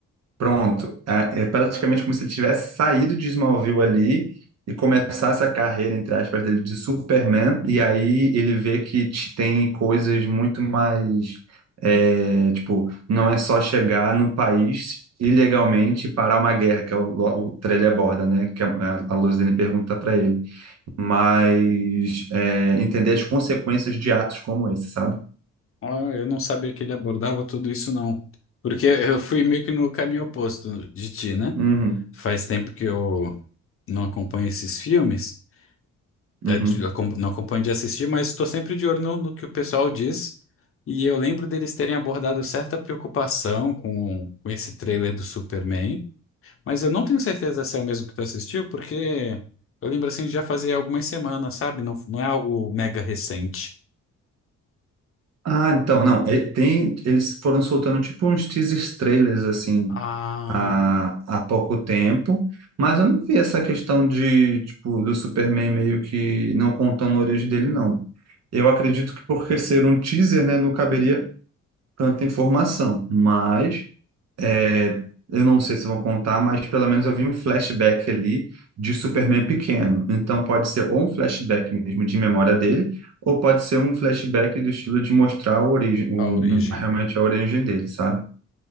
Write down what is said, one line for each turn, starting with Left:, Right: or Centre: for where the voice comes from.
Right: Pronto, é é praticamente como se ele tivesse saído de Smallville ali e começasse a carreira, entre aspas, dele de Superman, e aí ele vê que te- tem coisas muito mais, é, tipo, não é só chegar no país ilegalmente e parar uma guerra, que é o, o trailer aborda, né, que é, a, a Luzene pergunta para ele, mas é, entender as consequências de atos como esse, sabe?
Left: Ó, eu não sabia que ele abordava tudo isso, não. Porque eu fui meio que no caminho oposto de ti, né?
Right: Uhum,
Left: Faz tempo que eu não acompanho esses filmes. é,
Right: uhum.
Left: de- acom- não acompanho de assistir, mas estou sempre de olho no, no que o pessoal diz. E eu lembro deles terem abordado certa preocupação com, com esse trailer do Superman, mas eu não tenho certeza se é o mesmo que tu assistiu, porque eu lembro assim de já fazer algumas semanas, sabe? Não, não é algo mega recente.
Right: Ah, então, não, e- tem, eles foram soltando tipo uns teasers trailers, assim,
Left: Ah,
Right: há, há pouco tempo, mas eu não vi essa questão de, tipo, do Superman meio que não contando a origem dele, não. Eu acredito que por ser um teaser, né, não caberia tanta informação, mas é, eu não sei se vão contar, mas pelo menos eu vi um flashback ali de Superman pequeno. Então pode ser ou um flashback mesmo de memória dele, ou pode ser um flashback do estilo de mostrar a origem, um-
Left: a origem.
Right: um- realmente a origem dele, sabe?